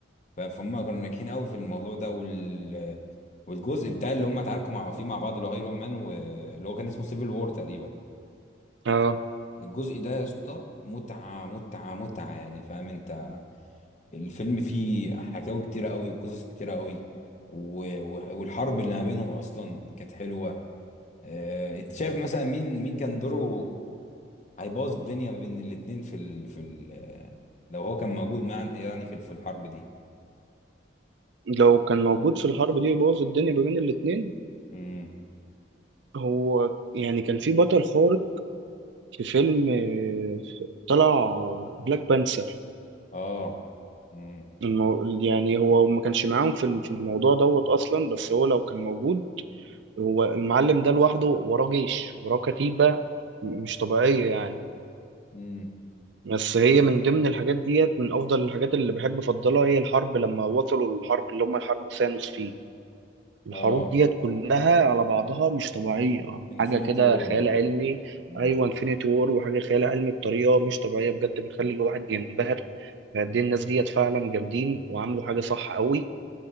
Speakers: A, on the left; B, on the right.
A: فاهم فهم كانوا ناجحين قوي في الموضوع ده وال والجزء بتاع اللي هم اتعاركوا مع فيه مع بعض اللي هو ايرون مان واللي هو كان اسمه سيفل وور تقريبا
B: اه
A: الجزء ده يا اسطى متعه متعه متعه يعني فاهم انت الفيلم فيه حكاوي كتيرة قوي وقصص كتيرة قوي و- و- والحرب اللي ما بينهم اصلا كانت حلوة آه، انت شايف مثلا مين مين كان دوره هيبوظ الدنيا ما بين الاتنين في ال... في ال... آه، لو هو كان موجود مع يعني في في الحرب دي
B: لو كان موجود في الحرب دي يبوظ الدنيا ما بين الاتنين
A: امم
B: هو يعني كان في بطل خارق في فيلم آه، في- طلع بلاك بانثر
A: اه امم
B: المو... يعني هو ما كانش معاهم في ال- في الموضوع دوت اصلا بس هو لو كان موجود هو المعلم ده لوحده وراه جيش وراه كتيبة م- مش طبيعية يعني
A: امم
B: بس هي من ضمن الحاجات ديت من افضل الحاجات اللي بحب افضلها هي الحرب لما وصلوا الحرب اللي هم حرب ثانوس فيه الحروب
A: اه
B: ديت كلها على بعضها مش طبيعية
A: انفينيتي
B: حاجة كده
A: وور
B: خيال
A: اه
B: علمي
A: امم
B: أيوة انفينيتي وور وحاجة خيال علمي بطريقة مش طبيعية بجد بتخلي الواحد ينبهر قد إيه الناس ديت فعلا جامدين وعملوا حاجة صح قوي